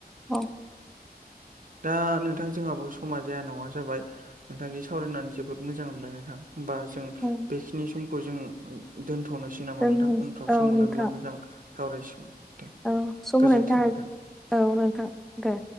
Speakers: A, in the centre; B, on the right.
A: औ
B: दा नोंथां जोंहाबो समा जाया नङा जाबाय नोंथांनि सावरायनानै जोबोद मोजां मोनबाय नोंथां होमबा जों
A: उम
B: बेखिनि समखौ जों दोनथ'नोसै नामा
A: दोनथ'नोसै
B: नोंथां उनफ्राव
A: औ
B: सम
A: नोंथां
B: मोनोब्ला मोजां सावरायसिगोन
A: औ सम
B: गोजोन्थों
A: होनायनि थाखाङ
B: नोंथां
A: औ नोंथां दे